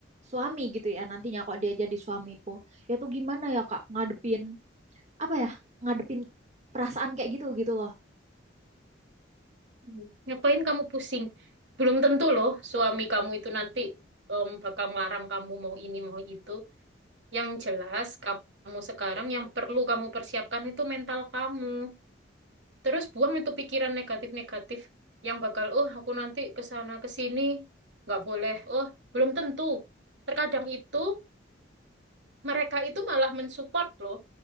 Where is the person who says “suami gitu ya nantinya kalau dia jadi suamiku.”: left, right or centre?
Right